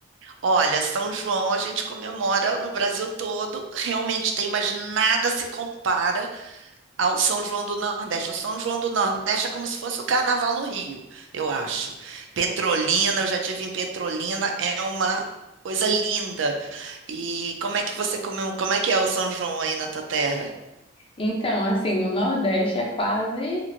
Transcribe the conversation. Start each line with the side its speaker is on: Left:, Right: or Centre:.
Right: Olha, São João a gente comemora no Brasil todo, realmente tem, mas nada se compara ao São João do Nordeste. O São João do Nordeste é como se fosse o carnaval no Rio, eu acho. Petrolina, eu já tive em Petrolina, é uma coisa linda. E como é que você comem- como é que é o São João aí na tua terra?
Left: Então, assim, no Nordeste é quase